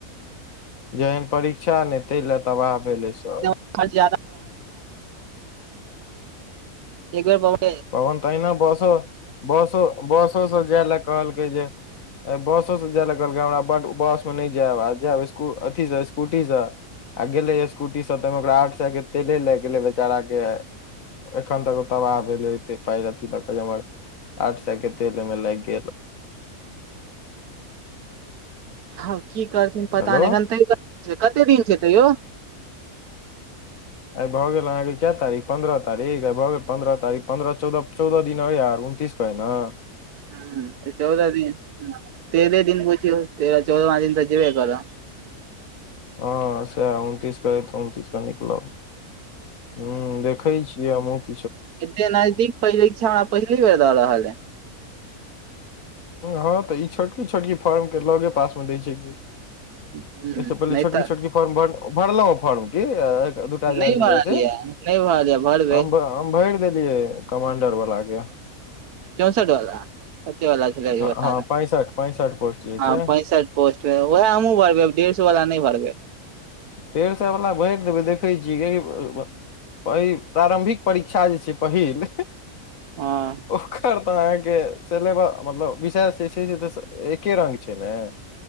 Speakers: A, on the left; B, on the right.
A: जेहन परीक्षा ने तै लए तबाह भेलै सब
B: जे एक बेर ब <unintelligible>
A: पबन तहिना बसो बसो बसोसँ जाय लए कहलकै जे बसो से जाय ल कहलकै हमरा, बडड बस मे नहि जायब आ जायब स् अथी से स्कूटी से आ गेले स्कूटी से तऽ ओकरा आठ सए के तेले लागि गेलै बेचारा के एखन तक ओ तबाह भेलै पर आठ सए के तेल ओमे लागि गेल <unintelligible>
B: हँ की करथिन पता
A: हेलो
B: नहि, एखन त कते दिन छै तैयो?
A: आइ भऽ गेल अहाँके क तारीख पन्द्रह तारीख, आइ भऽ गेल पन्द्रह तारीख, पन्द्रह चौदह चौदह दिन अर उनतीस के होय नऽ
B: हूँ चौदह दिन, तेरे दिन बुझियो, तेरह चौदहमा दिन तऽ जेबे करऽ
A: हँ अ ह उनतिस क त उनतिस क निकलब ह देखै छियै हमहुँ की
B: एते नजदीक परीक्षा पहिले बेर दऽ रहल है
A: हँ तऽ ई छोटकी छोटकी फॉर्म केँ लगे पासमे दै छै की
B: अइ
A: आइस पहिले
B: नहि
A: छोटकी
B: तऽ
A: छोटकी फर्म भरलों फर्म दूटा
B: नहि
A: जै
B: भरल
A: से
B: ये नहि भरल ये भरबै
A: <inaudible> हम भैर देलियै कमांडर वाला केँ
B: चौंसठ वला <inaudible> कते वला छल
A: हँ
B: बता
A: हँ
B: ने
A: पैंसठ पैंसठ पोस्ट जे
B: हँ
A: छै
B: <inaudible> पैंसठ पोस्ट रहै ओहै हमहुँ भरबै डढ़ सो वला नै भरबै
A: डेढ़ सै वला भैर देबै देखै छियै किया की पर ई प्रारम्भिक परीक्षा जे छै पहिल
B: हँ
A: ओर कऽ अहाँकेँ सिलेबा मतलब विशेष जे छै से एके रंग छै ने